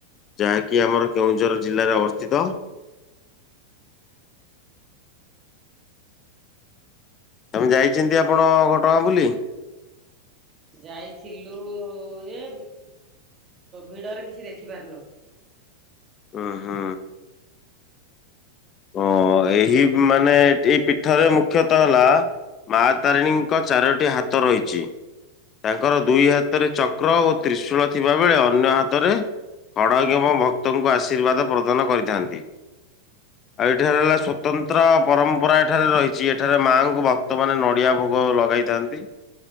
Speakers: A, on the left; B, on the right.
A: ଯାହାକି ଆମର କେଉଁଝର ଜିଲ୍ଲାରେ ଅବସ୍ଥିତ ତମେ ଯାଇଛନ୍ତି ଆପଣ ଘ ହଁ ବୁଲି।
B: ଯାଇଥିଲୁ ଯେ ଭିଡରେ କିଛି ଦେଖି ପାରିନୁ।
A: ହୁଁ ହୁଁ। ଓ ଏହି ମାନେ ଏଇ ପୀଠରେ ମୁଖ୍ୟତଃ ହେଲା ମା ତାରିଣୀଙ୍କ ଚାରୋଟି ହାତ ରହିଛି। ତାଙ୍କର ଦୁଇ ହାତରେ ଚକ ଚକ୍ର ଓ ତ୍ରିଶୂଳ ଥିବା ବେଳେ ଅନ୍ୟ ହାତରେ ହଡ଼ଗମ ଭକ୍ତଙ୍କୁ ଆଶୀର୍ବାଦ ପ୍ରଦାନ କରିଥାନ୍ତି ଆଉ ଏଠାରେ ହେଲା ସ୍ଵତନ୍ତ୍ର ପରମ୍ପରା ଏଠାରେ ରହିଛି ଏଠାରେ ମାଙ୍କୁ ଭକ୍ତ ମାନ ନଡିଆ ଭୋଗ ଲଗାଇଥାନ୍ତି।